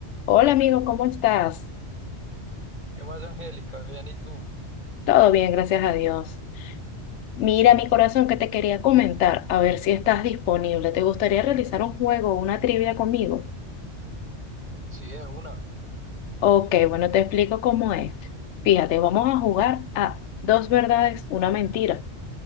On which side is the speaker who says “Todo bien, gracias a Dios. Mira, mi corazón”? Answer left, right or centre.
Left